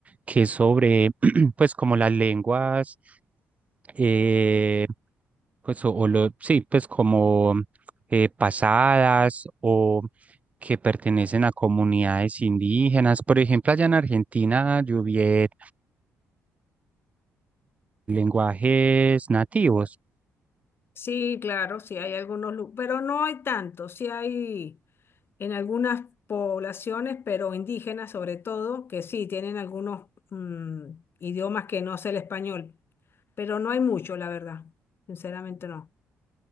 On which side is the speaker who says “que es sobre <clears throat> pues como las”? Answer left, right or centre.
Right